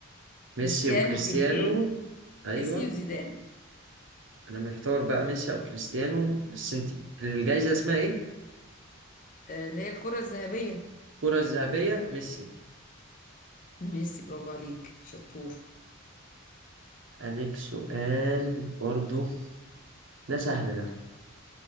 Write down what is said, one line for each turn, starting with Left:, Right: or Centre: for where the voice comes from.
Right: ميسي
Left: كريستيانو
Right: وكريستيانو
Left: بيليه
Right: ايوه
Left: ميسي وزيدان
Right: انا محتار بقى ميسي او كريستيانو بس انت الجايزة اسمها ايه
Left: آه، اللي هي الكرة الذهبية
Right: الكرة الذهبية ميسي
Left: ميسي برافو عليك شطور
Right: عليك سؤال برضو ده سهل ده